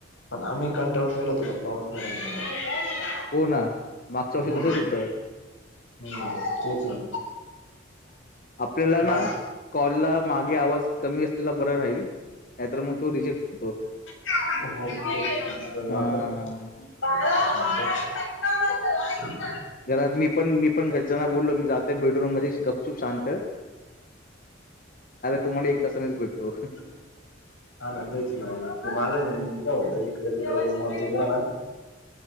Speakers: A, on the left; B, on the left.
A: पण आम्ही कंटाळून गेलो होतो पण पाऊस नाही झाला तेव्हा
B: हो ना. मागच्या
A: <unintelligible>
B: वर्षी
A: हो
B: तसंच होतं.
A: हम् तेच ना.
B: आपल्याला ना
A: बा
B: कॉलला मागे आवाज कमी असलेला बर राहील. नाही तर मग तो रिजेक्ट होतो.
A: <unintelligible>
B: हां.
A: <unintelligible>
B: घरात मी पण मी पण घरच्यांना बोललो मी जाते बेडरूम मध्ये गप चूप शांत. तुम्हाला तासानेच भेटतो.
A: हा ना तेच नाही त माझ <unintelligible> इकडे तिकड रूमवरती गेलो ना.